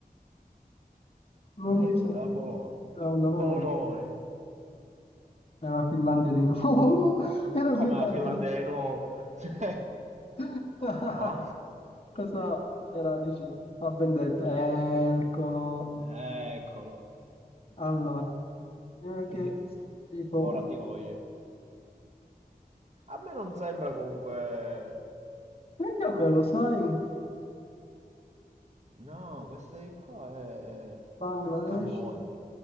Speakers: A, on the left; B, on the right.
A: non
B: metti
A: mi sento...
B: la Polonia,
A: Secondo me
B: Polonia,
A: non è. Era Finlandia di nuovo, <laughs> era
B: come
A: Finlandia.
B: la Finlandia di nuovo. <laughs> Cioè,
A: <laughs>
B: ma...
A: Questa era, dici, a vendetta. Eccolo.
B: Eccolo,
A: Allora, prima
B: sì,
A: che dico,
B: ora ti voglio. A me non sembra comunque...
A: perché a me lo sai?
B: No, questa di qua è
A: Bangladesh?
B: Cambogia.